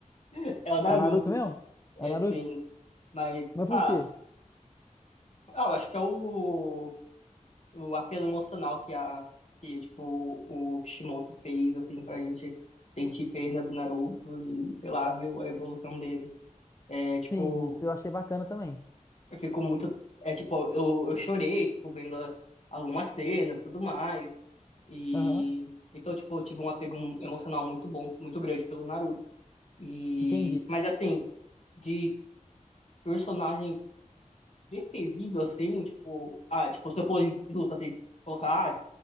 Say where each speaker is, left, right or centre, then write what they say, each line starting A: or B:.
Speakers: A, on the left; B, on the left.
A: <laughs> é o Naruto,
B: É o Naruto mesmo? É
A: é,
B: o Naruto?
A: sim. Mas,
B: Mas por
A: ah,
B: quê?
A: ah, eu acho que é o, o apelo emocional que a, que, tipo, o Kishimoto fez, assim, pra gente sentir pena do Naruto e, sei lá, ver a evolução dele. É, tipo,
B: Sim, isso eu achei bacana também.
A: Eu fico muito. É tipo, eu, eu chorei, tipo, vendo a- algumas cenas, tudo mais. E
B: Aham,
A: então, tipo, eu tive um apego emocional muito bom, muito grande pelo Naruto. E
B: entendi.
A: mas assim, de personagem preferido assim, tipo, ah, tipo, se eu for justo assim, colocar ah,